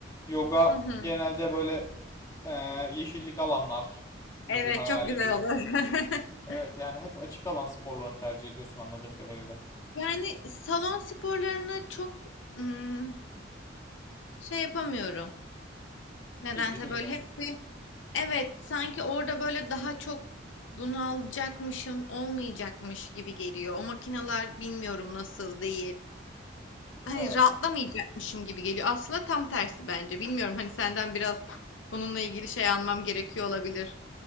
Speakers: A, on the left; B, on the left.
A: yoga
B: Hı hı.
A: genelde böyle e, yeşillik alanlar
B: Evet
A: gibi hayal
B: çok güzel
A: ediyorum.
B: olur. <laughs>
A: Evet, yani hep açık alan sporlarını tercih ediyorsun anladığım kadarıyla.
B: Yani salon sporlarını çok ım, şey yapamıyorum. Nedense
A: İlgi duymuyorsun.
B: böyle hep bir evet sanki orada böyle daha çok bunu alacakmışım olmayacakmış gibi geliyor. O makineler bilmiyorum nasıl değil. Hani
A: Evet.
B: rahatlamayacakmışım gibi geliyor. Aslında tam tersi bence. Bilmiyorum hani senden biraz bununla ilgili şey almam gerekiyor olabilir.